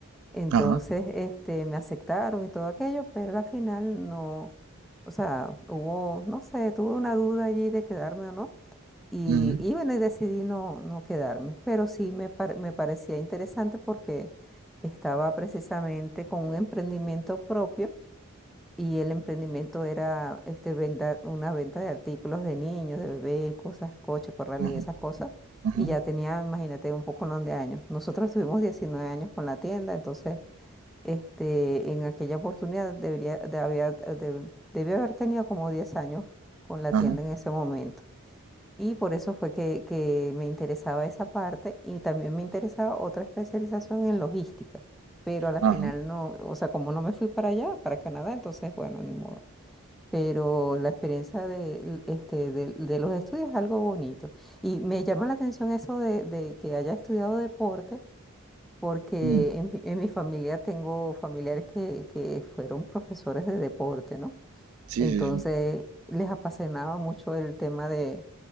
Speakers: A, in the centre; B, on the right (about 70°).
A: Entonces,
B: ajá,
A: este, me aceptaron y todo aquello, pero al final no, o sea, hubo, no sé, tuve una duda allí de quedarme o no. Y,
B: ujú,
A: y bueno, y decidí no, no quedarme, pero sí me, par- me parecía interesante porque estaba precisamente con un emprendimiento propio y el emprendimiento era este, venda- una venta de artículos de niños, de bebés, cosas, coches, corrales
B: ajá,
A: y esas cosas.
B: ajá,
A: Y ya tenía, imagínate, un poco no de años. Nosotros tuvimos 19 años con la tienda, entonces este, en aquella oportunidad debería, de, había- de- debí haber tenido como 10 años con la
B: ajá,
A: tienda en ese momento. Y por eso fue que, que me interesaba esa parte y también me interesaba otra especialización en logística, pero a la
B: ajá.
A: final no, o sea, como no me fui para allá, para Canadá, entonces, bueno, ni modo. Pero la experiencia de, este, de, de los estudios es algo bonito. Y me llama la atención eso de, de que haya estudiado deporte, porque
B: mm,
A: en, mi en mi familia tengo familiares que, que fueron profesores de deporte, ¿no?
B: Sí,
A: Entonces
B: sí, sí.
A: les apasionaba mucho el tema de